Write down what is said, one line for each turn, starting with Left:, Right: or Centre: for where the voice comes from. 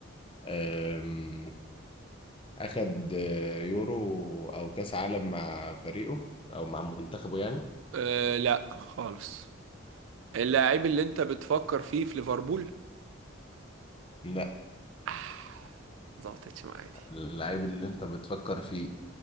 Left: آم، اخد آه، يورو او كاس عالم مع فريقه او مع منتخبه يعني
Right: أه لا خالص اللعيب اللي انت بتفكر فيه في ليفربول
Left: لا
Right: آه، ظبطتش معايا دي
Left: اللعيب اللي انت بتفكر فيه